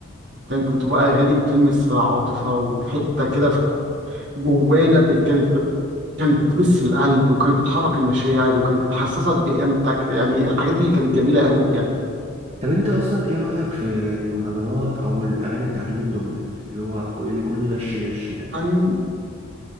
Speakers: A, on the right; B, on the right.
A: كانت بتبقى أغاني بتلمس عاطفة وحتة كده في جوانا ب- كانت ب- كانت بتمس القلب وكانت بتحرك المشاعر وكانت بتحسسك بقيمتك يعني الحاجات دي اللي كانت جميلة قوي بجد
B: طب انت اصلا ايه رايك في المهرجانات او الاغاني بتاع اليومين دول اللي هو كو- اللي كله دش دش ده
A: يعني